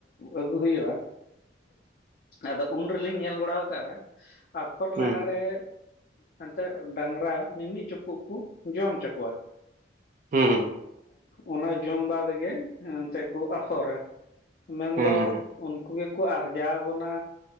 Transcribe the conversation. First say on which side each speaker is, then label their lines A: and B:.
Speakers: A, on the left; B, on the right.
A: ᱟᱹᱜᱩ ᱦᱩᱭᱩᱜ-ᱟ᱾ ᱟᱫᱚ ᱩᱱ ᱨᱮᱞᱤᱧ ᱧᱮᱞ ᱵᱟᱲᱟ ᱣᱟᱠᱟᱫᱟ ᱟᱯᱷᱚᱨ
B: ᱦᱩᱸ
A: ᱞᱟᱦᱟᱨᱮ ᱮᱱᱛᱮᱫ ᱰᱟᱝᱨᱟ ᱢᱤ-ᱢᱤᱫ ᱪᱩᱯᱩᱫ ᱠᱚ ᱡᱚᱢᱪᱚ ᱠᱚᱣᱟ᱾
B: ᱦᱩᱸ
A: ᱚᱱᱟ ᱡᱚᱢ ᱵᱟᱫᱽ ᱜᱮ ᱮᱱᱛᱮ ᱠᱚ ᱟᱯᱷᱚᱨᱟ᱾
B: ᱦᱩᱸ
A: ᱫᱚ
B: ᱦᱮᱸ
A: ᱩᱱᱠᱩ ᱜᱮᱠᱚ ᱟᱨᱡᱟᱣ ᱟᱵᱚᱱᱟ᱾